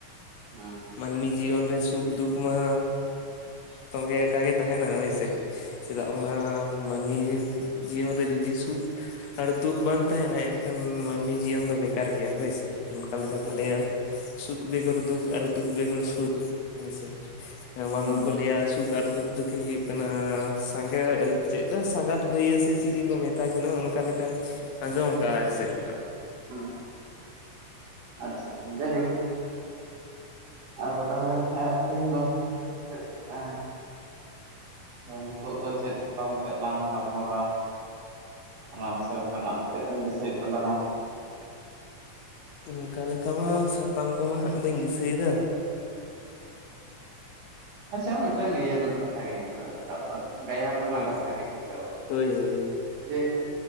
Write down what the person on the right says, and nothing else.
ᱦᱩᱸ
ᱦᱩᱸ
ᱦᱩᱸ
ᱦᱩᱸ ᱟᱪᱪᱷᱟ ᱡᱟᱭᱦᱳᱠ ᱟᱫᱚ ᱛᱟᱦᱞᱮ ᱠᱷᱟᱡ ᱛᱮᱦᱤᱧ ᱫᱚ ᱪᱮᱫ ᱮᱸ ᱫᱚ ᱱᱤᱛᱚᱜ ᱫᱚ ᱪᱮᱫ ᱥᱟᱛᱟᱢ ᱟᱛᱮᱫ ᱞᱟᱝ ᱜᱟᱞᱢᱟᱨᱟᱣᱟ? ᱚᱱᱟ ᱢᱟᱥᱮ ᱚᱱᱠᱟᱱᱟᱜ ᱪᱮᱫ ᱮᱢ ᱫᱤᱥᱟᱹᱭ ᱦᱩᱭᱩᱜ ᱛᱟᱞᱟᱝ-ᱟ᱾
ᱟᱪᱪᱷᱟ ᱢᱤᱫᱴᱟᱝ ᱤᱭᱟᱹ ᱨᱮᱱᱟᱜ ᱠᱟᱛᱷᱟ ᱨᱟᱠᱟᱵ ᱮᱫᱟ ᱜᱟᱭᱟᱱ ᱨᱮᱱᱟᱜ
ᱠᱟᱛᱷᱟ ᱜᱮ ᱦᱮᱸ ᱥᱮ
ᱡᱮ